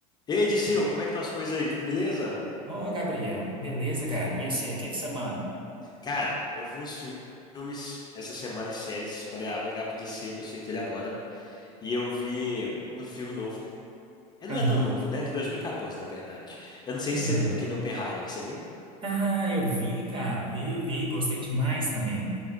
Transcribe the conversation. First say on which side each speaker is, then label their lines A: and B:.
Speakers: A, on the left (about 20°); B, on the right (about 25°).
A: Ei, Dicil, como é que estão as coisas aí? Tudo beleza?
B: Ô, Gabriel, beleza, cara? E você, o que que você manda?
A: Cara, eu vi uns fi- filmes essa semana e séries. Falei, ah, vou ligar pro Dicil, que eu sei que ele adora. E eu vi um filme novo. É, não
B: Aham,
A: é tão novo, né? De 2014, na verdade. Eu não sei
B: aham.
A: se você viu, aquele Oppenheimer, você viu?
B: Ah, eu vi, cara, vi, vi, gostei demais também.